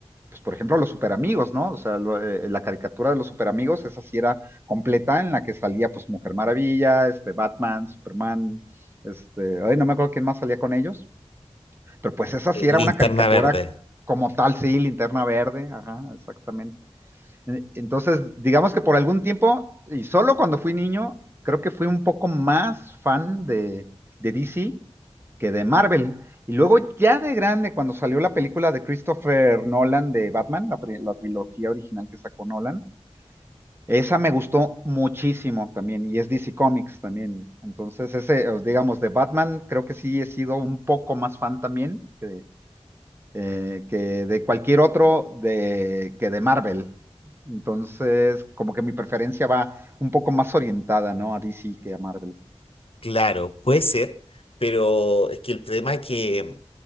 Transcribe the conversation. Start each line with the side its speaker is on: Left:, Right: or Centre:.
Right: pues por ejemplo, a los superamigos, ¿no? O sea, lo- eh, la caricatura de los superamigos, esa sí era completa, en la que salía pues Mujer Maravilla, este, Batman, Superman, este, ay, no me acuerdo quién más salía con ellos, pero pues esa
Left: Eh,
Right: sí era
Left: Linterna
Right: una caricatura
Left: verde,
Right: como tal, sí, Linterna Verde, ajá, exactamente. Entonces, digamos que por algún tiempo, y solo cuando fui niño, creo que fui un poco más fan de, de DC que de Marvel. Y luego ya de grande, cuando salió la película de Christopher Nolan de Batman, la, pri- la trilogía original que sacó Nolan, esa me gustó muchísimo también, y es DC Comics también. Entonces, ese, eh, digamos, de Batman, creo que sí he sido un poco más fan también que de, eh, que de cualquier otro de, que de Marvel. Entonces, como que mi preferencia va un poco más orientada, ¿no? A DC que a Marvel.
Left: claro, puede ser, pero es que el problema es que